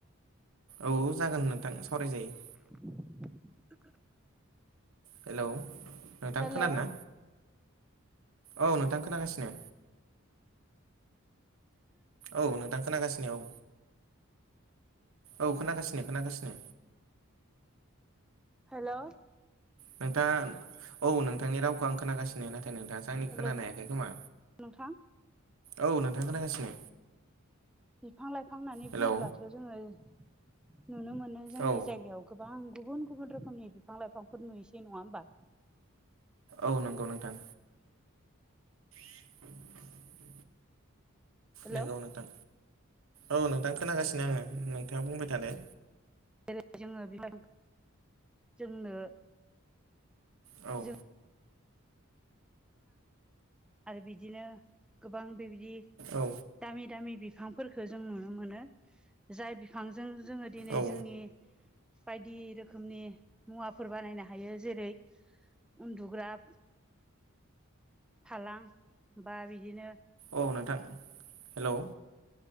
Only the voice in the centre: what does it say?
<inaudible>
हेलौ
हेलौ
हेलौ
नोंथां
बिफां लाइफां होननानै
बुङोब्लाथ जोङो नुनो मोनो जोंनि
जायगायाव गोबां गुबुन गुबुन रोखोमनि बिफां लाइफांफोर नुयोसै नङा होमबा
हेलौ
जेरै जोङो बिफां जोंनो
जों आरो बिदिनो गोबां बेबायदि
दामि दामि बिफांफोरखौ जों नुनो मोनो जाय बिफांजों जोङो दिनै
जोंनि बायदि रोखोमनि मुवाफोर बानायनो हायो जेरै उन्दुग्रा फालां बा बिदिनो